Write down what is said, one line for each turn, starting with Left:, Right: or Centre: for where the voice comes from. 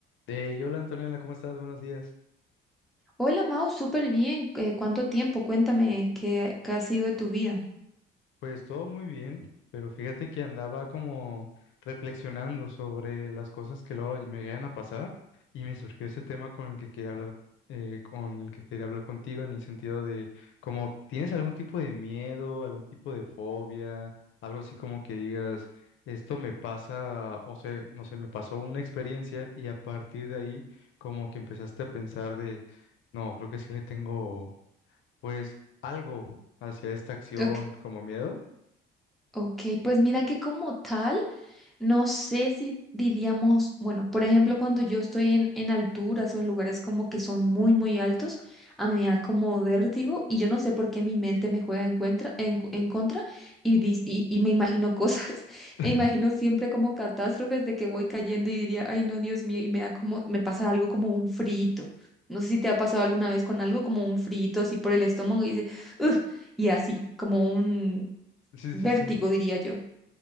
Left: Eh, y hola Antonella, ¿cómo estás? Buenos días.
Centre: Hola Mau, súper bien. Eh, ¿cuánto tiempo? Cuéntame qué, qué ha sido de tu vida.
Left: Pues todo muy bien, pero fíjate que andaba como reflexionando sobre las cosas que luego me llegan a pasar y me surgió ese tema con el que quería hablar, eh, con el que quería hablar contigo en el sentido de como tienes algún tipo de miedo, algún tipo de fobia, algo así como que digas, esto me pasa, o sea, no sé, me pasó una experiencia y a partir de ahí como que empezaste a pensar de, no, creo que sí le tengo pues algo hacia esta acción
Centre: Ok.
Left: como miedo.
Centre: Ok, pues mira que como tal, no sé si diríamos, bueno, por ejemplo, cuando yo estoy en, en alturas o en lugares como que son muy, muy altos, a mí me da como vértigo y yo no sé por qué mi mente me juega en, cuentra- en, cu- en contra y, dis- y, y me imagino cosas, <laughs>
Left: <laughs>
Centre: me imagino siempre como catástrofes de que voy cayendo y diría, ay no, Dios mío, y me da como, me pasa algo como un frito. No sé si te ha pasado alguna vez con algo como un frito así por el estómago y dice, "Ugh", y así, como un,
Left: Sí, sí,
Centre: Vértigo,
Left: sí.
Centre: diría yo.